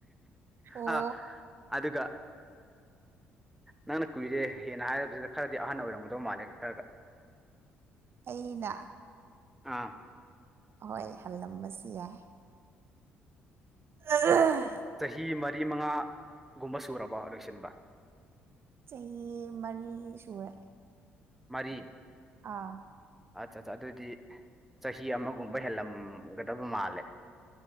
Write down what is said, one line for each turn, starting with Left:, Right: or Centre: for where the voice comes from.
Right: ꯑꯣ
Centre: ꯑ ꯑꯗꯨꯒ ꯅꯪꯅ ꯀꯨꯏꯔꯦ ꯍꯦꯟꯅ ꯍꯥꯏꯕꯗꯨꯗ ꯈꯔꯗꯤ ꯑꯍꯟꯅ ꯑꯣꯏꯔꯝꯒꯗꯧ ꯃꯥꯜꯂꯦ ꯈꯔꯒ
Right: ꯑꯩꯅ
Centre: ꯑꯥ
Right: ꯍꯣꯏ ꯍꯜꯂꯝꯕꯁꯨ ꯌꯥꯏ꯫ ꯑ
Centre: ꯆꯍꯤ ꯃꯔꯤ ꯃꯉꯥꯒꯨꯝꯕ ꯁꯨꯔꯕ ꯂꯣꯏꯁꯤꯟꯕ
Right: ꯆꯍꯤ ꯃꯔꯤ ꯁꯨꯔꯦ
Centre: ꯃꯔꯤ
Right: ꯑꯥ
Centre: ꯑꯠ ꯑꯠꯆꯥ ꯑꯗꯨꯗꯤ ꯆꯍꯤ ꯑꯃꯒꯨꯝꯕ ꯍꯦꯜꯂꯝꯒꯗꯕ ꯃꯥꯜꯂꯦ